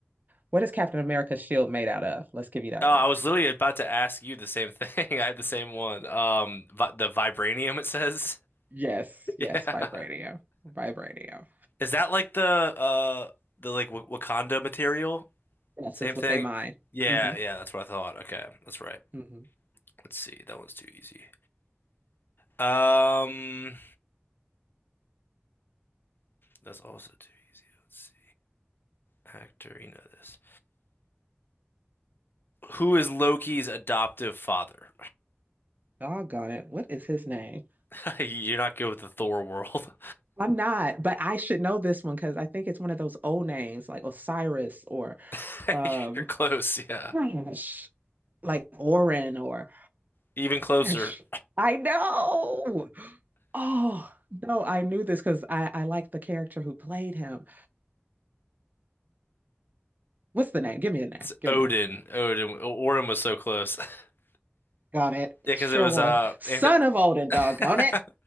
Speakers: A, on the right; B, on the left.
A: What is Captain America's shield made out of? Let's give you that
B: Oh, I
A: one.
B: was literally about to ask you the same thing. <laughs> I had the same one. Um, vi the vibranium it says. <laughs>
A: Yes, yes,
B: Yeah.
A: vibranium, vibranium.
B: Is that like the uh the like w Wakanda material?
A: Yes,
B: Same
A: it's
B: thing?
A: what they mine.
B: Yeah,
A: Mm-hmm.
B: yeah, that's what I thought. Okay, that's right.
A: Mm-hmm.
B: Let's see. That one's too easy. Um, that's also too easy. Let's see. Actor, you know this. Who is Loki's adoptive father?
A: Doggone it. What is his name?
B: <laughs> You're not good with the Thor world.
A: I'm not, but I should know this one because I think it's one of those old names like Osiris or
B: <laughs>
A: um
B: You're close, yeah.
A: gosh, like Orin or
B: Even closer.
A: gosh, I know. Oh no, I knew this because I, I like the character who played him. What's the name? Give me the name.
B: It's
A: Give
B: Odin.
A: me the name.
B: Odin. Orin was so close. <laughs>
A: Got it. It
B: Yeah, because
A: Sure
B: it was
A: was.
B: uh
A: Son
B: Anthony
A: of Odin, doggone
B: <laughs>
A: it.